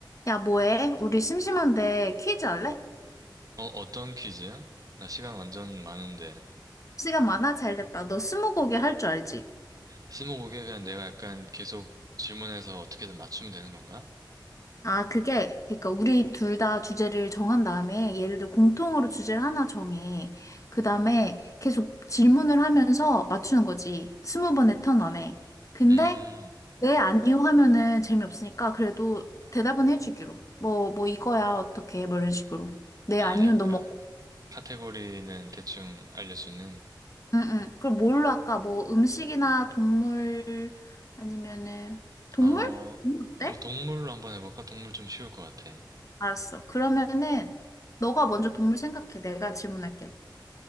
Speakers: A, on the left; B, on the right.
A: 야, 뭐해? 우리 심심한데 퀴즈 할래?
B: 어, 어떤 퀴즈? 나 시간 완전 많은데.
A: 시간 많아? 잘 됐다. 너 스무고개 할 줄 알지?
B: 스무고개 그냥 내가 약간 계속 질문해서 어떻게든 맞추면 되는 건가?
A: 아, 그게, 그러니까 우리 둘 다 주제를 정한 다음에, 예를 들어 공통으로 주제를 하나 정해. 그 다음에 계속 질문을 하면서 맞추는 거지. 스무 번의 턴 안에. 근데,
B: 음,
A: 네, 아니요 하면은 재미없으니까 그래도 대답은 해주기로. 뭐, 뭐 이거야, 어떻게, 뭐 이런 식으로. 네,
B: 아,
A: 아니요,
B: 약간
A: 너무.
B: 카테고리는 대충 알려주는.
A: 응, 응. 그럼 뭘로 할까? 뭐 음식이나 동물 아니면은 동물?
B: 어,
A: 음. 어때?
B: 뭐 동물로 한번 해볼까? 동물 좀 쉬울 것 같아.
A: 알았어. 그러면은 너가 먼저 동물 생각해. 내가 질문할게.